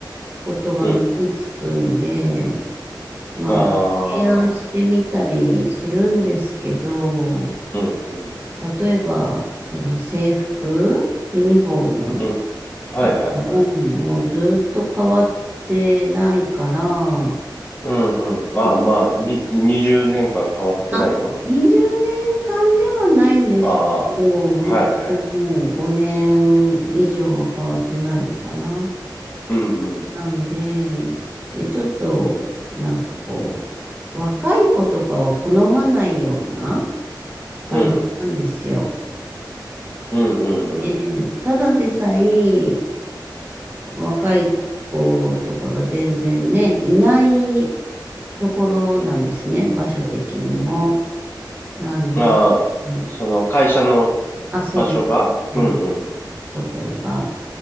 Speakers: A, on the right; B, on the left.
A: ことが目につくんで、
B: うん。
A: まあ、
B: ああ、
A: 提案してみたりするんですけど、
B: うん、うん、
A: 例えば、その制服、ユニフォーム
B: うん。はい、
A: とかも、
B: はい、はい。
A: もうずっと変わってないから、
B: うん、うん。ああ、
A: え
B: まあ、に、20年間変わってないの
A: あ、20年間ではないんですけど、
B: ああ、はいはい。
A: まあ、もう5年以上は変わってないのかな。
B: うんうん。
A: なんで、で、ちょっと、なんかこう、若い子とかは好まないような感じなんですよ。
B: うん。うんうんうん。
A: えーただでさえ、若い子とかが全然ね、いないところなんですね、場所的にも。なんで、
B: まあ、
A: うん
B: その会社の
A: あ、そうです。
B: 場所がうんうん。
A: 出るところが